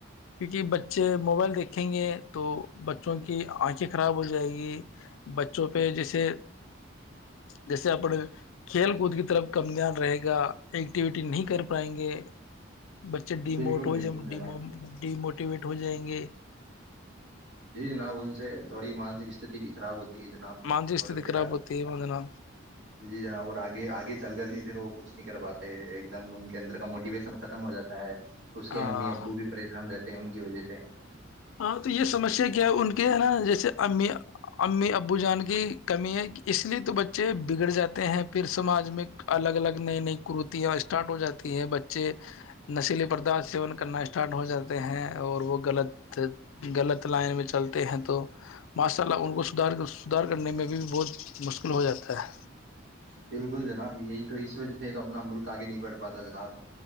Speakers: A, on the left; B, on the right.
A: کیونکہ بچے موبائل دے دکھیں گے تو بچوں کی آنکھیں خراب ہو جائیں گی بچوں پہ جیسے جیسے اپنے کھیل کود کی طرف کم دان رہے گا ایکٹیویٹی نہیں کر پائیں گے بچے ڈیموٹ
B: بالکل
A: ہو
B: بالکل
A: ج ڈیو
B: جناب
A: موٹیویٹ ہو جائیں گے
B: جی جناب ان سے تھوڑی مانسک استھی بھی خراب ہوتی جناب
A: مانسک استھتی
B: اور پھر
A: خراب ہوتی ہے وندنا
B: جی جناب اور آگے آگے چل کر بھی پھر وہ کچھ نہیں کر پاتا ایک دم موٹیویشن ختم ہو جاتا ہے اس کے
A: ہاں
B: امی ابو بھی پریشان رہتے ان کی وجہ سے
A: ہاں تو یہ سمسیا کیا ہے ان کے ہے نا جیسے امی امی ابو جان کی کمی ہے اس لیے تو بچے بگڑ جاتے ہیں پھر سماج میں الگ الگ نئی نئی کرتیاں اسٹارٹ ہو جاتی ہیں بچے نشل برداشت سیون کرنا اسٹارٹ ہو جاتا ہے ہیں اور وہ غلط غلط لائن میں چلتے ہیں تو ماشاء اللہ ان کو سدار سدار کرنے میں بھی بہت مشکل ہو جاتا ہے
B: بالکل جناب یہی تو اس وجہ سے تو اپنا ملک آگے نہیں بڑھ پاتا جناب